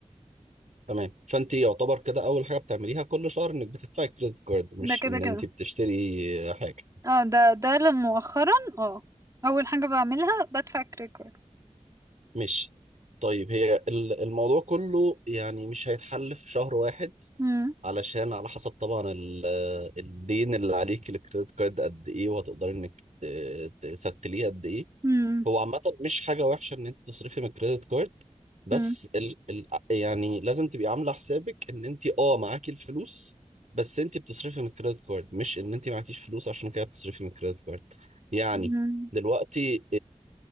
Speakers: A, on the right; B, on the right.
A: تمام فانت يعتبر كده اول حاجه بتعمليها كل شهر انك بتدفعي كريدت كارد مش
B: ده كده
A: ان
B: كده
A: انت بتشتري حاجه
B: اه ده ده ل- مؤخرا اه اول حاجة بعملها بدفع كريدت كارد
A: ماشي طيب هي ال- الموضوع كله يعني مش هيتحل في شهر واحد
B: مم.
A: علشان على حسب طبعا ال- الدين اللي عليك الكريدت كارد قد ايه وهتقدري انك ت- تستليه قد ايه
B: مم.
A: هو عامة مش حاجة وحشة ان انت تصرفي من الكريدت كارد بس
B: مم.
A: ال ال يعني لازم تبقي عاملة حسابك ان انت اه معاكي الفلوس بس انت بتصرفي من الكريدت كارد مش ان انت معكيش فلوس عشان كده بتصرفي من الكريدت كارد يعني
B: مم.
A: دلوقتي